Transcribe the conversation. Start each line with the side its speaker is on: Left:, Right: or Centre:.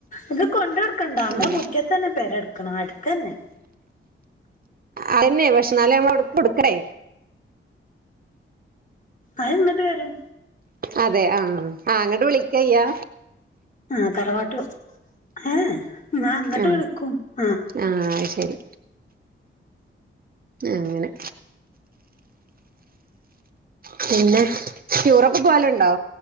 Left: ഇത് കൊണ്ട് കൊടുക്കണ്ട മ്മളെ
Right: ഉം
Left: മുറ്റ്യത്ത് തന്നെ പെരെ കടക്കണേ അടുത്തന്നെ
Right: അയന്നെ പക്ഷ ന്നാലും നമ്മളവിടുക്ക് കൊടുക്കേ
Left: അഅ് ന്നിട്ട് വരും
Right: അതെ ആഹ് ആ അങ്ങട്ട് വിളിക്കയ്യാ
Left: ആ തറവാട്ടു ഏ ഞാ അങ്ങട്ട്
Right: ആ
Left: വിളിക്കും ആഹ്
Right: ആ അത് ശരി ആ അങ്ങനെ പിന്നെ റ്റൂറൊക്കെ പോവലുണ്ടോ?